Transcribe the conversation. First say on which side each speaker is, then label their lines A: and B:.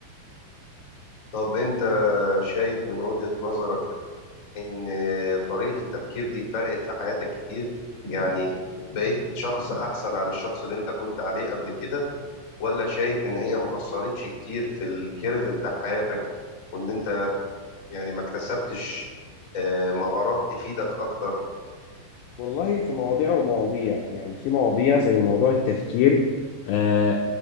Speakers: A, on the left (about 30°); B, on the left (about 80°).
A: طب أنت شايف من وجهة نظرك إن آه، طريقة التفكير دي فرقت في حياتك كتير يعني بقيت شخص أحسن عن الشخص اللي أنت كنت عليه قبل كده ولا شايف ان هي ما اثرتش كتير في الكيرف بتاع حياتك وان انت يعني ما اكتسبتش آه، مهارات تفيدك اكتر
B: والله في مواضيع ومواضيع يعني في مواضيع زي موضوع التفكير آه